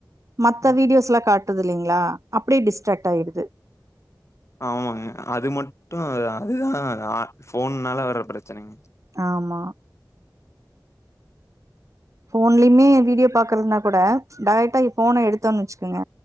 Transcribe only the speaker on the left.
அ
ஆமாங்க அது மட்டு அதுதா ஆ ஃபோன்னால வர்ற பிரச்சனங்க